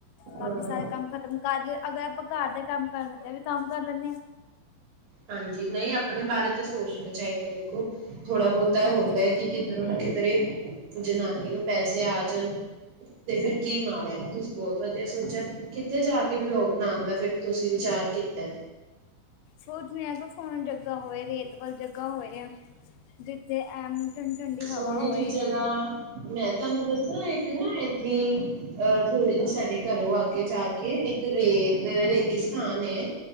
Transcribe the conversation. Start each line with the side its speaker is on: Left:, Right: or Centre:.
Left: ਬਾਕੀ
Right: ਹਾਂ
Left: ਸਾਰੇ ਕੰਮ ਕਰ ਕੰਮ ਕਰ ਲ ਅਗਰ ਆਪਾਂ ਘਰ ਦੇ ਕੰਮ ਕਰਨੇ ਤੇ ਵੀ ਕੰਮ ਕਰ ਲੈਂਦੇ ਹਾਂ
Right: ਹਾਂਜੀ ਨਹੀਂ ਆਪਣੇ ਬਾਰੇ ਤਾਂ ਸੋਚਣਾ ਚਾਹੀਦਾ ਦੇਖੋ ਥੋੜ੍ਹਾ ਬਹੁਤਾ
Left: ਹਾਂਜੀ
Right: ਹੁੰਦਾ ਹੈ ਕਿ ਕਿਧਰੋਂ ਨਾ ਕਿਧਰੇ ਜਨਾਨੀ ਨੂੰ ਪੈਸੇ ਆ ਜਾਣ ਤੇ ਫਿਰ ਕੀ ਮਾੜਾ ਤੁਸੀਂ ਬਹੁਤ ਵਧੀਆ ਸੋਚਿਆ ਕਿੱਥੇ ਜਾ ਕੇ ਲੋਕੋਗ ਬਣਾਉਦਾ ਫਿਰ ਤੁਸੀਂ ਵਿਚਾਰ ਕੀਤਾ।
Left: ਸੋਚ ਆ ਕਿ ਫੋਨ ਜਗਾ ਹੋਏ ਰੇਤ ਜੋਗਾ ਹੋਏ ਜਿੱਥੇ ਐਮ ਠੰਡੀ ਠੰਡੀ
Right: ਸੋਹਣੀ
Left: ਹਵਾ ਹੋਏ
Right: ਜੀ ਜਗ੍ਹਾ ਮੈਂ ਤੁਹਾਨੂੰ ਦੱਸਾਂ। ਇੱਕ ਨਾ ਇੱਥੇ ਅਹ ਥੋੜ੍ਹੀ ਜਿਹੀ ਸਾਡੇ ਘਰੋਂ ਅੱਗੇ ਜਾ ਕੇ ਇੱਕ ਰੇਤ ਰੇਗੀ ਸਥਾਨ ਹੈ